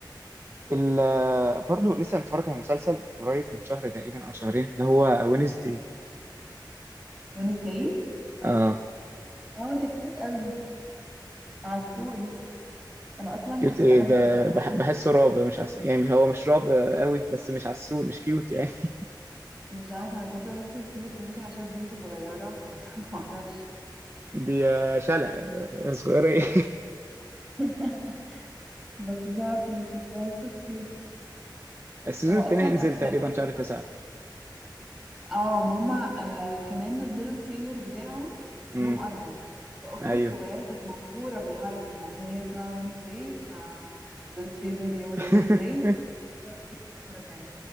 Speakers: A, on the right (about 30°); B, in the centre.
A: ال- آه، برضه لسه متفرج على مسلسل قريب من شهر تقريبا او شهرين ده هو وينزداي
B: ونسداي
A: اه
B: اه ده كيوت قوي عسول انا اصلا
A: كيوت
B: كنت
A: ايه
B: بحب
A: ده
B: اللي هو
A: بح-
B: <laughs>
A: بحسه رعب مش عس... يعني هو مش رعب قوي بس مش عسول مش كيوت يعني <laughs>
B: مش عارفة انا كنت بحسه كيوت يمكن عشان بنت صغيرة <laughs> معرفش
A: دي آه، شلة آه، صغيرة <laughs>
B: <laughs> بس مش عارفة يعني كنت بحسه كيوت
A: السيزون
B: هو
A: التاني
B: اصلا
A: هينزل تقريبا
B: انا كنت
A: شهر
B: ب-
A: تسعة
B: اه ما هما آه كمان نزلوا التريلر بتاعه
A: امم
B: يوم اربع فاختي
A: ايوه
B: الصغيرة كانت مبهورة بالحركة انه عشان هي اسمها وينزداي فنزلوا تريلر يوم الوينزداي
A: <laughs>
B: فكانت مبهورة قوي بالحركة